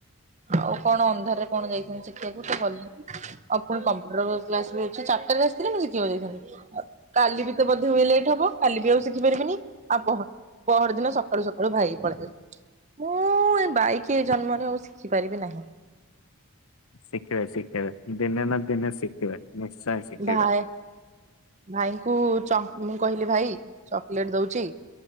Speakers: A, on the right; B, on the left.
A: ଆଉ କଣ ଅନ୍ଧାରରେ କଣ ଯାଇଥାନ୍ତି ଶଖିବାକୁ ତ ଗଲିନି। ଆ ପୁଣି କମ୍ପ୍ୟୁଟର କ୍ଲାସ ବି ଅଛି ଚାରଟାରେ ଆସିଥିଲେ ମୁଁ ଶିଖିବାକୁ ଯାଇଥାନ୍ତି। କାଲି ବି ତ ବଧେ ହୁଏ ଲେଟ୍ ହବ? କାଲି ବି ଆଉ ଶିଖି ପାରିବିନି ଆ ପହର ପହରଦିନ ସକାଳୁ ସକାଳୁ ଭାଇକି ପଳେଇବି। ମୁଁ ଏ ବାଇକି ଏ ଜନ୍ମରେ ଆଉ ଶିଖିପାରିବି ନାହିଁ।
B: ଶିଖିବେ ଶିଖିବେ ଦିନେ ନା ଦିନେ ଶିଖିବେ। ନିଶ୍ଚୟ ଶିଖିବେ
A: ଭାଇ, ଭାଇଙ୍କୁ ଚ ମୁଁ କହିଲି ଭାଇ ଚକୋଲେଟ୍ ଦଉଚି